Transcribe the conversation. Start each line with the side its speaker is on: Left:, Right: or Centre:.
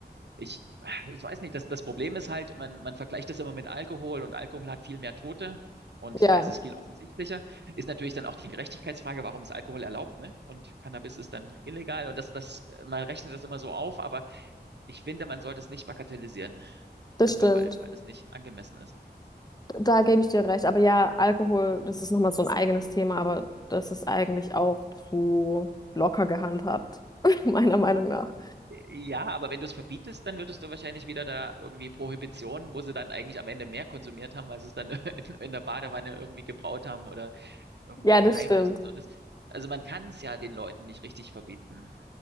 Right: ich, ich weiß nicht, das, das Problem ist halt, man, man vergleicht das immer mit Alkohol und Alkohol hat viel mehr Tote und
Left: Ja,
Right: da ist es viel offensichtlicher. Ist natürlich dann auch die Gerechtigkeitsfrage, warum ist Alkohol erlaubt, ne? Und Cannabis ist dann illegal und das, das, äh, man rechnet das immer so auf, aber ich finde, man sollte es nicht bagatellisieren,
Left: das
Right: einfach
Left: stimmt.
Right: weil, weil das nicht angemessen ist.
Left: Da gebe ich dir recht. Aber ja, Alkohol, das ist nochmal so ein eigenes Thema, aber das ist eigentlich auch zu locker gehandhabt, <laughs> meiner Meinung nach.
Right: Äh, Ja, aber wenn du es verbietest, dann würdest du wahrscheinlich wieder da irgendwie Prohibition, wo sie dann eigentlich am Ende mehr konsumiert haben, weil sie es dann <laughs> in, in der Badewanne irgendwie gebraut haben oder irgendwo
Left: Ja, das
Right: heimlich
Left: stimmt.
Right: und so. Das, also man kann es ja den Leuten nicht richtig verbieten,